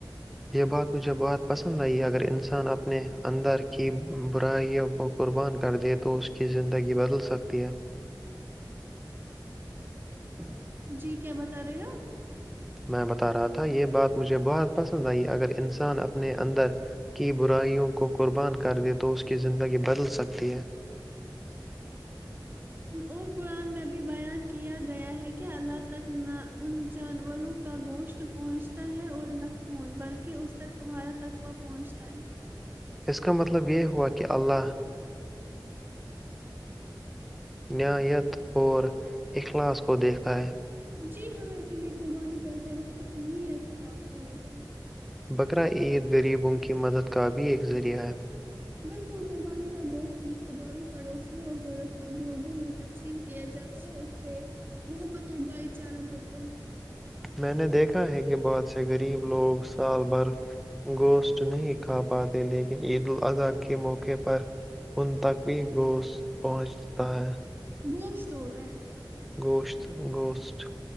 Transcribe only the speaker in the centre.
یہ بات مجھے بہت پسند آئی اگر انسان اپنے اندر کی برائیوں کو قربان کر دے تو اس کی زندگی بدل سکتی ہے ہ
میں بتا رہا تھا یہ بات مجھے بہت پسند آئی اگر انسان اپنے اندر کی برائیوں کو قربان کر دے تو اس کی زندگی بدل سکتی ہے
اس کا مطلب یہ ہوا کہ اللہ نیت اور اخلاص کو دیکھتا ہے
بقرا عید غریبوں کی مدد کا بھی ایک ذریعہ ہے
میں نے دیکھا ہے کہ بہت سے غریب لوگ سال بھر گوشت نہیں کھا پاتے لیکن عید الاضحی کے موقعے پر ان تک بھی گوشت پہنچتا ہے
گوشت گوشت